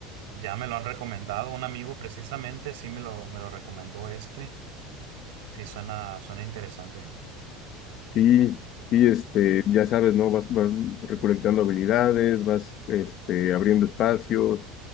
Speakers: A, on the right; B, on the left.
A: ya me lo han recomendado, un amigo precisamente, sí me lo, me lo recomendó este. Sí, suena, suena interesante.
B: Sí, sí, este, ya sabes, ¿no? Vas, vas recolectando habilidades, vas, este, abriendo espacios